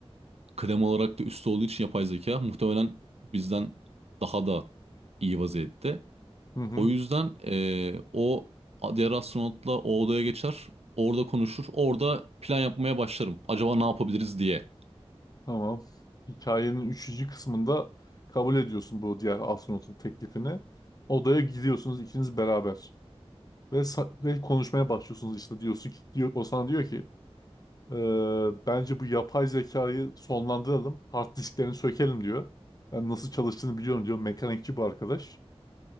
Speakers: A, on the right; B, on the left.
A: Kıdem olarak da üstte olduğu için yapay zeka muhtemelen bizden daha da iyi vaziyette.
B: Hı hı.
A: O yüzden eee, o diğer astronotla o odaya geçer. Orada konuşur. Orada plan yapmaya başlarım. Acaba ne yapabiliriz diye.
B: Tamam. Hikayenin üçüncü kısmında kabul ediyorsun bu diğer astronotun teklifini. Odaya gidiyorsunuz ikiniz beraber. Ve, sa- ve konuşmaya başlıyorsunuz işte diyorsun ki diyor, o sana diyor ki Ee, bence bu yapay zekayı sonlandıralım. Hard disklerini sökelim diyor. Ben nasıl çalıştığını biliyorum diyor. Mekanikçi bu arkadaş.